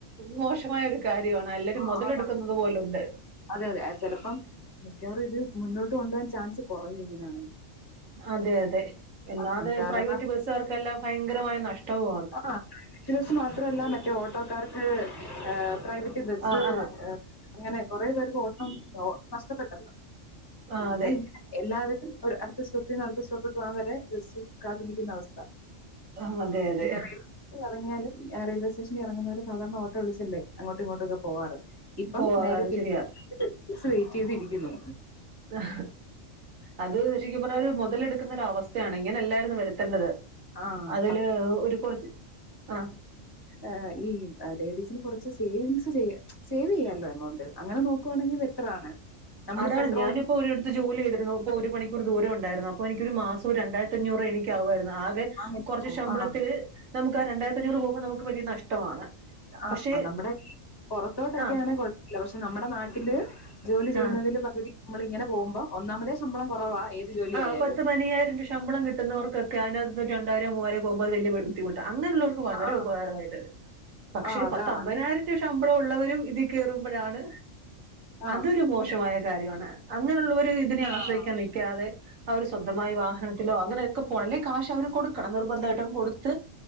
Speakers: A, on the right (about 85°); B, on the left (about 20°).
A: മോശമായ ഒരു കാര്യമാണ്. എല്ലാവരും
B: ആ,
A: മുതലെടുക്കുന്നത് പോലുണ്ട്.
B: അതെ അതെ ചെലപ്പം മിക്കവാറും ഇത് മുന്നോട്ട് കൊണ്ടുപോകാൻ ചാൻസ് കൊറയും ഇങ്ങനെയാണെങ്കി
A: അതെ അതെ എന്നാതെ
B: ആഹ് കാരണം
A: പ്രൈവറ്റ് ബസ്സുകാർക്കെല്ലാം ഭയങ്കരമായ നഷ്ടവു
B: പ്രൈവറ്റ് ബസ്സ് മാത്രല്ല മറ്റേ ഓട്ടോക്കാർക്ക് പ്രൈവറ്റ് ബസ്
A: ആഹ് ആഹ്
B: അങ്ങനെ കൊറെ പേർക്ക് ഓട്ടം നഷ്ടപ്പെട്ടല്ലൊ.
A: ആഹ്
B: <unintelligible>
A: അതെ
B: എല്ലാവരും ഒരു അടുത്ത സ്റ്റോപ്പിന്ന് അടുത്ത സ്റ്റോപ്പ് പോവാൻ വരെ ബസ്സ് കാത്ത് നിൽക്കുന്ന അവസ്ഥ
A: ആഹ് അതെ അതെ
B: <unintelligible> ഇറെങ്ങ്യാലും റെയിൽവേ ശേഷനി എറങ്ങുന്നവരെ സാധാരണ ഓട്ടോ വിളിച്ചല്ലെ അങ്ങോട്ടും ഇങ്ങോട്ടൊക്കെ പോവാറ്. ഇപ്പം
A: പോവാറ്
B: നേരെ
A: അത്
B: തിരി
A: ശരിയാ
B: വെയിറ്റ് ചെയ്തിരിക്കുന്നു.
A: ആ അത് ശെര്ക്കും പറഞ്ഞാല് <unintelligible> മൊതലെടുക്കുന്നൊര് അവസ്ഥ ഇങ്ങനെ എല്ലായിരുന്നു വരുത്തെണ്ടത്.
B: ആഹ്
A: അതില് ഒരു കൊറച്ച് ആ
B: ആഹ് ഈ ലേഡീസിന് കൊറച്ച് സേവിങ്സ് ചെയ്യ സേവ് ചെയ്യാള്ള എമൗണ്ട്. അങ്ങനെ നോക്ക്വാണെങ്കിൽ ബെറ്ററാണ്. നമ്മള്
A: അതാണ്
B: പെട്രോൾ
A: ഞാനും <unintelligible> ഇപ്പോ ഓരോട്ത്ത് ജോലി ചെയ്തിരുന്നു. ഇപ്പോ ഒരു മണിക്കൂർ ദൂരം ഉണ്ടായിരുന്നു അപ്പോ എനിക്ക് ഒരു മാസം രണ്ടായിരത്തഞ്ഞൂറ് എനിക്ക് ആവോയിരുന്നു ആകെ.
B: അങ്ങനെ
A: കൊറച്ച്
B: ആഹ്
A: ശമ്പളത്തില്
B: ആഹ്
A: നമുക്ക് ആ രണ്ടായിരത്തി അഞ്ഞൂറ് പോകുമ്പം നമുക്ക് വലിയ നഷ്ടമാണ്.
B: ആഹ്
A: പക്ഷെ
B: നമ്മടെ പ പൊറത്തോട്ടൊക്കെയാണ്
A: ആഹ്
B: കുഴപ്പല്ല. പക്ഷെ നമ്മുടെ നാട്ടില് ജോലി ചെയ്യുന്നതില്
A: ആഹ്
B: പകുതി നമ്മള് ഇങ്ങനെ പോകുമ്പം ഒന്നാമതേ ശമ്പളം കൊറവാ ഏത് ജോലി
A: ആ
B: ആയാലും
A: പത്ത് പയ്ന്നയ്യായിരം ര ശമ്പളം കിട്ടുന്നവർക്കൊക്കെ അതിനകത്ത് രണ്ടായിരം മൂവായിരം പോകുമ്പൊ അത് വെല്യ ബുദ്ധിമുട്ട അങ്ങനെ ഇള്ളവർക്ക് വളരെ
B: ആഹ്
A: ഉപകാരമായത്. പക്ഷെ
B: ആഹ് അതാ
A: പത്ത് അമ്പതിനായിരം
B: അങ്ങനെ
A: രൂവ ശമ്പളം ഉള്ളവരും ഇതീ കേറുമ്പഴാണ്.
B: ആഹ്
A: അതൊരു മോശമായൽ. കാര്യവാണ്. അങ്ങനെ ഉള്ളവര് ഇതിനെ ആശ്രയിക്കാൻ
B: ആഹ്
A: നിക്ക്യാതെ അവർ സ്വന്തമായി വാഹന അങ്ങനെ ഒക്കെ പ്വാൺല്ലി കാശ് അവര് കൊടുക്കണം. നിർബന്ധവായിട്ടും കൊടു ത്ത്